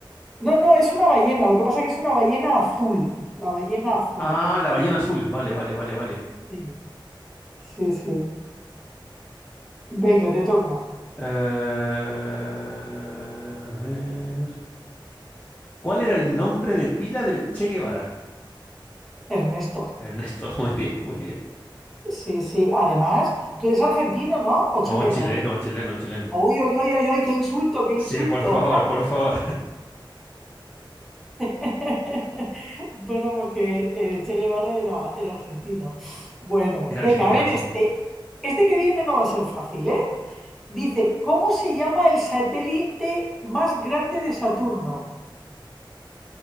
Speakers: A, in the centre; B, on the left.
A: No, no, es una ballena, lo que pasa es que es una ballena azul, la ballena azul.
B: Ah, la ballena azul. Vale, vale, vale, vale.
A: Sí, sí, sí. Venga, te toca,
B: Eh, a ver. ¿Cuál era el nombre de pila del Che Guevara?
A: Ernesto.
B: Ernesto, <laughs> muy bien, muy bien.
A: Sí, sí. Además, tú eres argentino, ¿no? ¿O chileno?
B: No, chileno, chileno, chileno.
A: Uy, uy, uy, uy, uy, qué insulto, qué
B: Sí,
A: insulto.
B: por favor, por favor.
A: <laughs> Bueno, porque eh, Che Guevara era, era argentino. Bueno,
B: Era
A: venga,
B: argentino,
A: a ver
B: sí.
A: este. Este que viene no va a ser fácil, ¿eh? Dice, ¿cómo se llama el satélite más grande de Saturno?